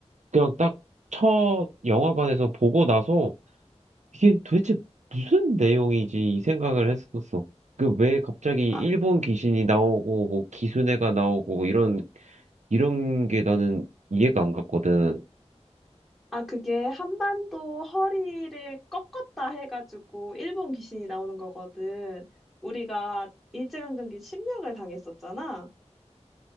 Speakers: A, on the right; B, in the centre.
A: 그냥 딱 첫 영화관에서 보고 나서 이게 도대체 무슨 내용이지 이 생각을 했었어. 그 왜 갑자기
B: 아,
A: 일본 귀신이 나오고 뭐 기수네가 나오고 뭐 이런 이런 게 나는 이해가 안 갔거든.
B: 아, 그게 한반도 허리를 꺾었다 해가지고 일본 귀신이 나오는 거거든. 우리가 일제강점기 침략을 당했었잖아.